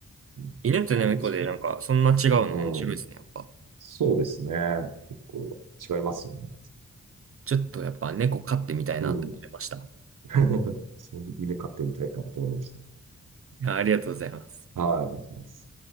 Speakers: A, on the right; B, on the right.
A: んないでしょうね、
B: 犬と猫でなんかそんな違うの面白いですね、
A: と。うん。
B: やっぱ。
A: そうですね。結構違いますよね。
B: ちょっとやっぱ猫飼ってみたいなって思いました。
A: うん。<laughs> そう、犬飼ってみたいかなと思いまし
B: ありがとうございます。
A: た。はい、ありがとうございます。